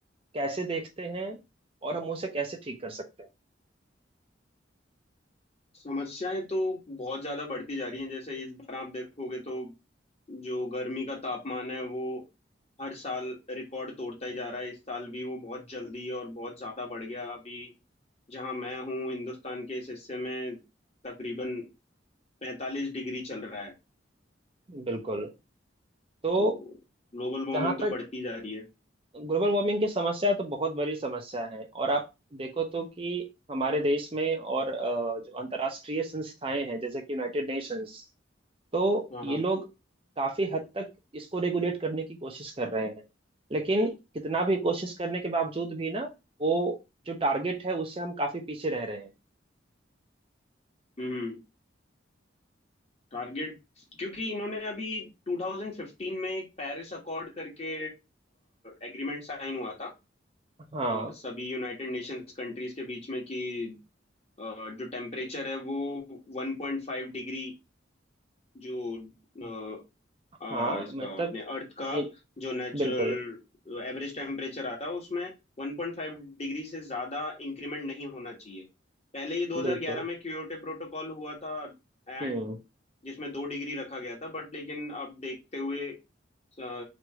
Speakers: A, on the right (about 30°); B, on the left (about 35°).
A: कैसे देखते हैं और हम उसे कैसे ठीक कर सकते
B: समस्याएं तो बहुत ज्यादा बढ़ती जा रही हैं जैसे इस बार आप देखोगे तो जो गर्मी का तापमान है वो हर साल रिकॉर्ड तोड़ता ही जा रहा है इस साल भी वो बहुत जल्दी और बहुत ज्यादा बढ़ गया अभी जहाँ मैं हूँ हिंदुस्तान के इस हिस्से में तकरीबन पैंतालीस डिग्री चल रहा है
A: हैं बिल्कुल तो
B: तो ग्लोबल वार्मिंग
A: जहाँ
B: तो
A: तक
B: बढ़ती जा रही है
A: ग्लोबल वार्मिंग की समस्या है, तो बहुत बड़ी समस्या है और आप देखो तो कि हमारे देश में और अ, जो अंतर्राष्ट्रीय संस्थाएं हैं जैसे कि यूनाइटेड नेशंस तो
B: हाँ
A: ये
B: हाँ
A: लोग काफी हद तक इसको रेगुलेट करने की कोशिश कर रहे हैं लेकिन कितना भी कोशिश करने के बावजूद भी ना वो जो टारगेट है उससे हम काफी पीछे रह रहे हैं
B: हम्म टारगेट क्योंकि इन्होंने अभी 2015 में एक पेरिस अकॉर्ड करके एग्रीमेंट साइन हुआ था
A: हाँ
B: अ, सभी यूनाइटेड नेशंस कंट्रीज के बीच में कि अ, जो टेम्परेचर है वो 1.5 डिग्री जो अ, अ,
A: हाँ
B: इसका
A: मतलब
B: अपने अर्थ का
A: इन-
B: जो नेचुरल
A: बिल्कुल
B: एवरेज टेम्परेचर आता है उसमें 1.5 डिग्री से ज्यादा इंक्रीमेंट नहीं होना चाहिए पहले ये 2011
A: बिल्कुल
B: में क्योटो प्रोटोकॉल हुआ था एट
A: हम्म
B: जिसमें दो डिग्री रखा गया था बट लेकिन अब देखते हुए अ,